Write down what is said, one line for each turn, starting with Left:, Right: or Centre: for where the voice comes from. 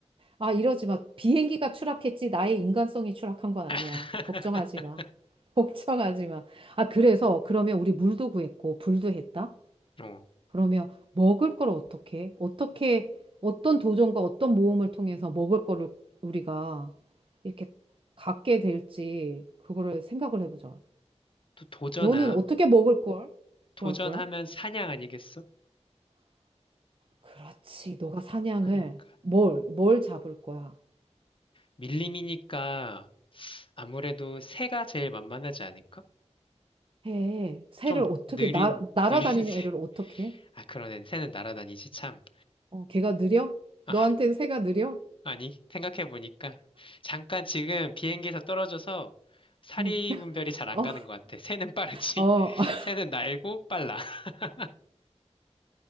Right: 아, 이러지 마. 비행기가 추락했지 나의 인간성이 추락한 건 아니야.
Left: <laughs>
Right: 걱정하지 마. <laughs> 걱정하지 마. 아, 그래서 그러면 우리 물도 구했고 불도 했다.
Left: 어,
Right: 그러면 먹을 걸 어떻게, 어떻게, 어떤 도전과 어떤 모험을 통해서 먹을 거를 우리가 이렇게 갖게 될지, 그거를 생각을 해보자.
Left: 또 도전하,
Right: 너는 어떻게 먹을 걸
Left: 도전하면
Right: 구할 거야?
Left: 사냥 아니겠어?
Right: 그렇지. 너가 사냥을
Left: 그러니까.
Right: 뭘, 뭘 잡을 거야?
Left: 밀림이니까 아무래도 새가 제일 만만하지 않을까?
Right: 해. 새를
Left: 좀
Right: 어떻게,
Left: 느린,
Right: 날 날아다니는
Left: 느린 <laughs> 새.
Right: 애를 어떻게 해?
Left: 아, 그러네. 새는 날아다니지, 참.
Right: 어, 걔가 느려?
Left: 아,
Right: 너한테는 새가 느려?
Left: 아니, 생각해보니까. 잠깐 지금 비행기에서 떨어져서 사리
Right: 응.
Left: 분별이 잘 안
Right: 어,
Left: 가는 것 같아. 새는 빠르지.
Right: 어,
Left: <laughs>
Right: <laughs>
Left: 새는 날고 빨라. <laughs>